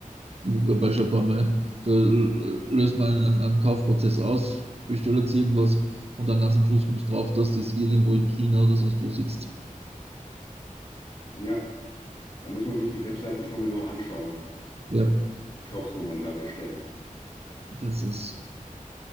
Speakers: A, on the right; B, on the left.
A: ich habe schon ein paar Mal, da l- löst man einen, einen Kaufprozess aus, bestellt jetzt irgendwas und dann ganz am Schluss kommst du drauf, dass das irgendwo in China oder sonst wo sitzt.
B: ja, da muss man sich die Webseiten schon genau anschauen,
A: Ja,
B: Shops, wo man da bestellt.
A: das ist.